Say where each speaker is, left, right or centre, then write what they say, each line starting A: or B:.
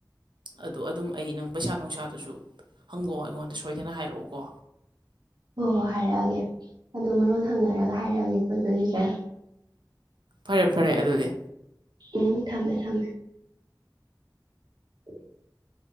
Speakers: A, on the right; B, on the right.
A: ꯑꯗꯨ ꯑꯗꯨꯝ ꯑꯩ ꯅꯪ ꯄꯩꯁꯥ ꯅꯨꯡꯁꯥꯗꯨꯁꯨ ꯍꯪꯉꯣꯑꯣ ꯑꯩꯉꯣꯟꯗ ꯁꯣꯏꯗꯅ ꯍꯥꯏꯔꯛꯑꯣꯀꯣ
B: ꯍꯣꯏ ꯍꯣꯏ ꯍꯥꯏꯔꯛꯑꯒꯦ ꯑꯣ ꯃꯔꯣꯟ ꯍꯪꯅꯔꯒ ꯍꯥꯏꯔꯛꯑꯒꯦꯀ ꯑꯗꯨꯒꯤ ꯈꯔ
A: ꯐꯔꯦ ꯐꯔꯦ ꯑꯗꯨꯗꯤ
B: ꯎꯝ ꯊꯝꯃꯦ ꯊꯝꯃꯦ <unintelligible>